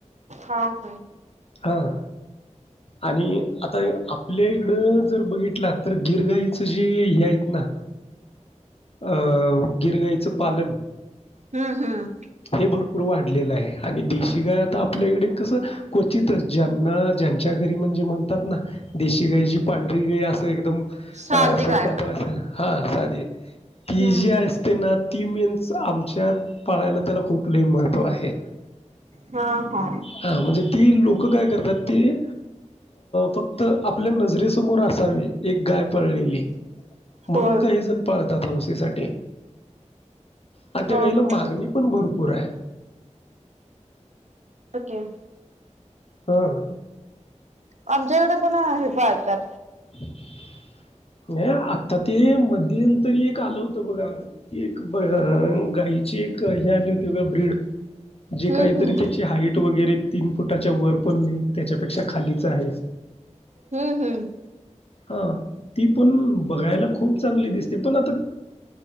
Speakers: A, on the right; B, on the left.
A: होा हो.
B: हा. आणि आता आपल्या इकडं जर बघितला तर गिरगाईच जे हे आहेत ना. अं गिरगाईचं पालन
A: हम्म हम्म.
B: हे भरपूर वाढलेलं आहे आणि देशी गाय आता आपल्या इकडे कस क्वचितच ज्यांना ज्यांच्या घरी म्हणज े म्हणतात ना देशी गा जी पांढरी गाई असं एकदम.
A: साधी
B: अ सडपात
A: गाय
B: हा साधी ती
A: हम्म
B: जे असते ना. ती मेन्स आमच्या पाळायला त्याला खूप लि महत्त्व आहे.
A: हा हा
B: हा म्हणजे ती लोक लोक काय करतात तेी फक्त आपल्या नजरेसमोर असावी. एक गाय पळलेली म्हणून
A: होय.
B: काही जण पाळतात हौसे साठी आणि
A: हा
B: त्या गईला
A: हा
B: मागणी पण भरपूर आहे.
A: पके <unintelligible>
B: हा.
A: आमच्याकडे पण हे पाहतात.
B: <inaudible> नाही आता ते मध्यंतरी एक आलं होतं बघा ते एक हिची एक हे आली होती बघा ब्रीड जे
A: हम्म
B: काहीतरी
A: हम्म
B: त्याची हाईट वगैरे तीन फुटाच्या वर पण नाही त्याच्यापेक्षा खालीच आहे.
A: हम्म हम्म.
B: ह ती पण बघायला खूप चांगली दिसते पण आता